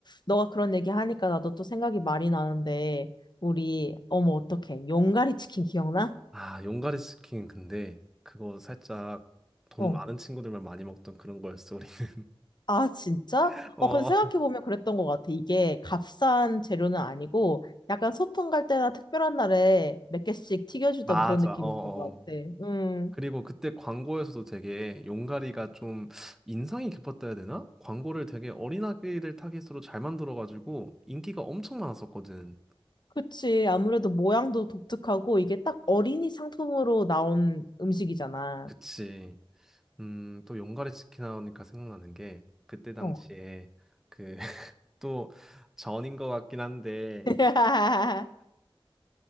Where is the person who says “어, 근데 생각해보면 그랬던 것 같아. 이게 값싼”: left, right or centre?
Left